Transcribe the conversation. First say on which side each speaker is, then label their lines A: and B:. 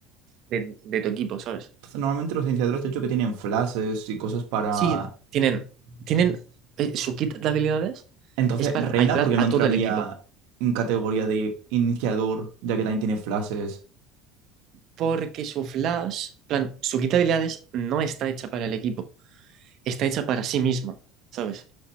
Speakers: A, on the right (about 50°); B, on the right (about 75°).
A: de, de tu equipo, ¿sabes?
B: Entonces, normalmente los iniciadores te he dicho que tienen flashes y cosas para...
A: Sí, tienen... tienen eh, su kit de habilidades
B: Entonces,
A: es para
B: Reina,
A: ayudar
B: porque
A: a
B: no entraría
A: todo el equipo.
B: en categoría de iniciador, ya que también tiene flashes
A: Porque su flash, plan, su kit de habilidades no está hecha para el equipo, está hecha para sí misma, ¿sabes?